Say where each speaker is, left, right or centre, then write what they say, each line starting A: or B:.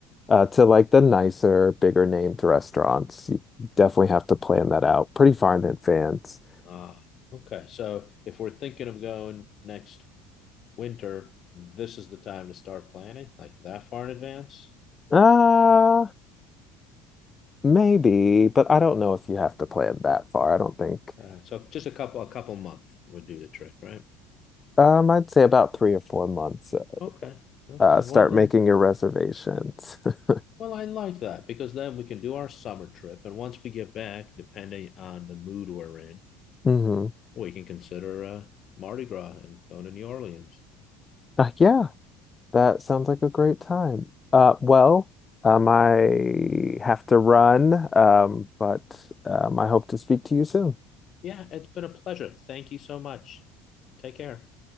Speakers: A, on the left; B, on the left.
A: uh, to like the nicer, bigger named restaurants. You definitely have to plan that out pretty far in advance.
B: Ah, okay. So if we're thinking of going next winter, this is the time to start planning, like that far in advance.
A: Uh, maybe, but I don't know if you have to plan that far. I don't think.
B: Uh, so just a couple, a couple month would do the trick, right?
A: Um, I'd say about three or four months.
B: Okay. Okay.
A: Uh, start
B: Well then,
A: making your reservations. <laughs>
B: well, I like that because then we can do our summer trip, and once we get back, depending on the mood we're in,
A: Mm-hmm.
B: we can consider uh, Mardi Gras and going to New Orleans.
A: Uh, yeah. That sounds like a great time. Uh, well, um, I have to run, um, but um, I hope to speak to you soon.
B: Yeah, it's been a pleasure. Thank you so much. Take care.